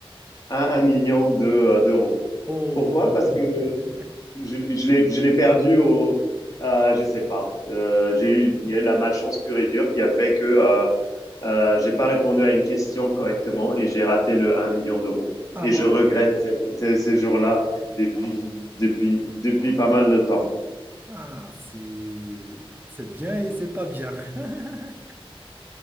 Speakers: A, on the left; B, on the right.
A: un 1 million de, euh, d'euros.
B: Oh,
A: Pourquoi? Parce que
B: <laughs>
A: je, je l'ai je l'ai perdu au euh, je sais pas. Euh, j'ai eu, il y a eu la malchance pure et dure qui a fait que euh, euh, j'ai pas répondu à une question correctement et j'ai raté le un million d'euros.
B: ah
A: Et
B: bon?
A: je regrette cette- ces, ces jours-là depuis, depuis, depuis pas mal de temps.
B: Ah, c'est c'est bien et c'est pas bien. <laughs>